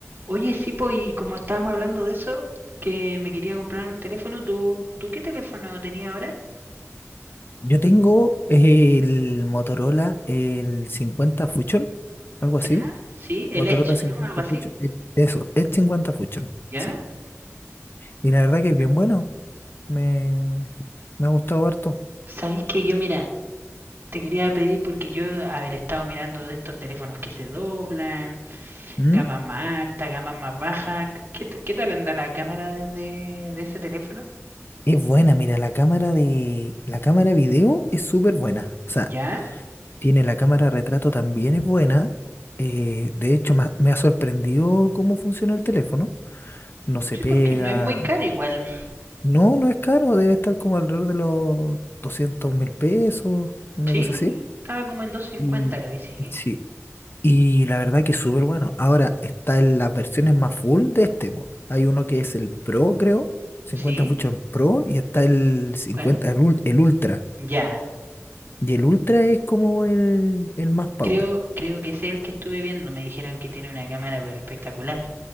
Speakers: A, on the right; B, on the left.
A: Oye, sí, pues, y como estábamos hablando de eso, que me quería comprar un teléfono, ¿tú, tú qué teléfono tenías ahora?
B: Yo tengo eh, el Motorola, el 50 Fusion, algo así.
A: ¿Ya? Sí, el
B: Motorola
A: Edge, ¿o
B: 50
A: ¿no? Algo así.
B: Fusion. e- Eso, el 50 Fusion,
A: ¿Ya?
B: sí. Y la verdad que es bien bueno. Me, me ha gustado harto.
A: Sabéis que yo, mira, te quería pedir porque yo, haber estado mirando de estos teléfonos que se doblan,
B: ¿Mm?
A: gama más alta, gama más baja, ¿Qué, qué t- qué tal anda la cámara de, de- de ese teléfono?
B: Es buena, mira, la cámara de, la cámara video es súper buena. O sea,
A: ¿Ya?
B: tiene la cámara retrato también es buena. Eh, de hecho, me ha me ha sorprendido cómo funciona el teléfono. No se
A: Sí,
B: pega,
A: porque no es muy caro igual.
B: No, no es caro, debe estar como alrededor de los doscientos mil pesos, una
A: Sí,
B: cosa así.
A: estaba como en doscientos
B: Y
A: cincuenta, lo vi, sí.
B: sí, y la verdad que es súper bueno. Ahora está en las versiones más full de este, po. Hay uno que es el Pro, creo, cincuenta
A: ¿Sí?
B: Fusion Pro, y está el cincuenta
A: Bueno,
B: el, ul- el Ultra.
A: ya.
B: Y el Ultra es como el, el más power.
A: Creo, creo que ese es el que estuve viendo. Me dijeron que tiene una cámara, pero espectacular.